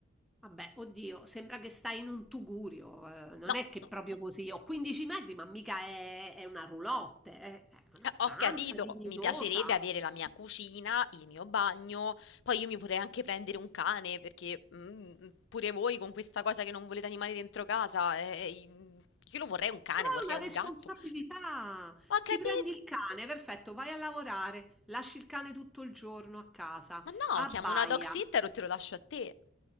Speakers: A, in the centre; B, on the left (about 65°).
A: Vabbè, oddio, sembra che stai in un tugurio, eh, non
B: No,
A: è che
B: no.
A: proprio così, ho 15 metri, ma mica è, è una roulotte, è, è una
B: Eh,
A: stanza
B: Ho capito,
A: dignitosa,
B: mi piacerebbe avere la mia cucina, il mio bagno, poi io mi vorrei anche prendere un cane perché mm, pure voi con questa cosa che non volete animali dentro casa, eh, io lo vorrei un cane,
A: ma
B: vorrei
A: è una
B: un
A: responsabilità.
B: gatto. Ho capito,
A: Ti prendi il cane, perfetto, vai a lavorare, lasci il cane tutto il giorno a casa,
B: ma no,
A: abbaia,
B: chiamo una dog sitter o te lo lascio a te.